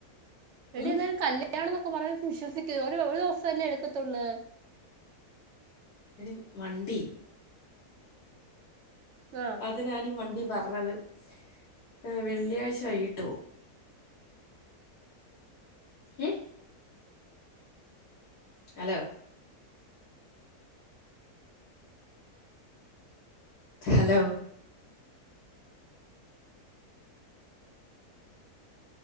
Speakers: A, on the right (about 65°); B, on the left (about 85°).
A: എടി
B: ഉം
A: എന്തായാലും കല്യാണം എന്നക്കെ പറയാ വിശ്വസിക് ഒരു ഓരോസല്ലേ എടുക്കത്തുള്ള്
B: എടി മണ്ടി
A: ആഹ്
B: അതിനാണ് മണ്ടി പറ ഞ്ഞത് വെള്ളിയാഴ്ച വൈകിട്ട് പോവും ഇം ഹലോ ഹലോ